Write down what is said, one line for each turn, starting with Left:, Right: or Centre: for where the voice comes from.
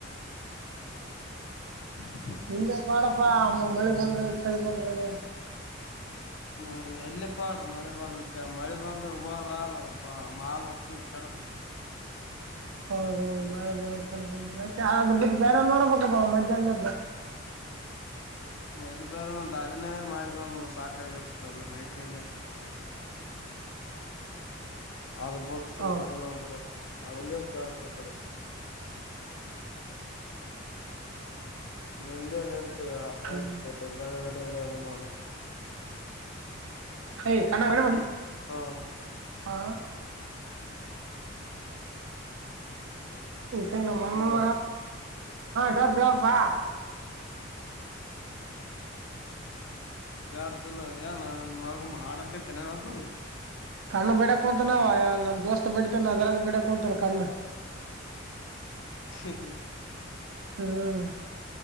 Left: ಹ್ಮ
Right: ನಿಂಗ ಪಾಡಪ್ಪಾಮ್ಮ ಮಳೆ ಬಂದ್ರ ಚಳ ಪನ್್ರೇ
Left: ಹ ಹ ಎಲ್ಲಿ ಪಾಡು ಮಳೆ ಬಂದ್ರೆ ಚ ಮಳೆ ಬಂದ ಹೋದಲ್ಲಲ್ಲ ಮಾಲ್ೀರ್ ಕಡತ
Right: ಹೌದ ಮ ಬೇರೆ ನೋಡಬೇಕಪ್ಪ ಮಧ್ಯಾಹ್ನದ್ದ
Left: <unintelligible> ಎಲ್ಲಿ ಬೇರೆ ಉಂಟ ಅದನ್ನೇ ಮಾಡಿ ಬಂದ ಸಾಕಾಗಿರತ್ತ ಅದು ಮೈಕೈ ಬೇರೆಗರುದ ಅದ ಬೊಟ್ಟ
Right: ಹ
Left: ಎಲ್ಲಪ ಅಸಕ ಕಡೆ ನಿಂದೆ ನಡೆದು
Right: ಹ್ಮ್
Left: ಆಯ್ತು ಗಗಳ ಹಡಗಾಗ ಮಾಡುವರು
Right: ಯ್ ಕಣ್ಣಾ ವಿಡ
Left: ಹಾ
Right: ಹ ಈ ಕ ನ ಮ
Left: ಹಲೋ
Right: ಬ ಹಪ್ಪಾ
Left: ಕ್ದಲ್ಲ ಏನ್ ಮಗ ಮಾಡಡಕೈತೆ ನ ಹಬ್ಬನಿ
Right: ಕಣ್ಣು ಬಿಡಕ್ ಅಂತ ನಾವ ನಮ್ ದೋಸ್ತ್ ಬಿಡತ ನ ಅದರಂಗ್ ಬಿಡಕ್ ಅಂತ ಕಲ್ಲ
Left: ಹ ಹಾ
Right: ಹ್ಮ್